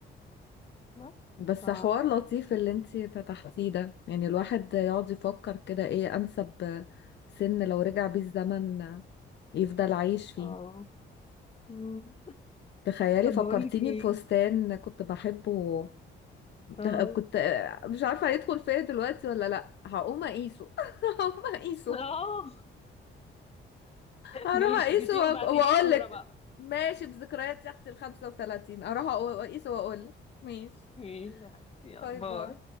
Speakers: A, on the left (about 30°); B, on the left (about 60°).
A: بس
B: بس
A: ف...
B: حوار لطيف اللي انتي فتحتيه ده يعني الواحد يقعد يفكر كده ايه انسب سن لو رجع بيه الزمن يفضل عايش فيه
A: آه. مم.
B: تخيلي
A: طب
B: فكرتيني
A: بقول لك ايه
B: بفستان كنت بحبه
A: اه
B: تخ- كنت مش عارفة هيدخل فيا دلوقتي ولا لا هقوم اقيسه <laughs> هقوم اقيسه
A: اه
B: هروح
A: ماشي
B: اقيسه
A: سيبي
B: وأك-
A: ابعتيلي
B: واقولك
A: صورة بقى
B: ماشي بذكريات يا اختي ال 35 هروح اقيسه واقولك ماشي
A: ماشي يا حبيبتي يلا
B: باي
A: باي
B: باي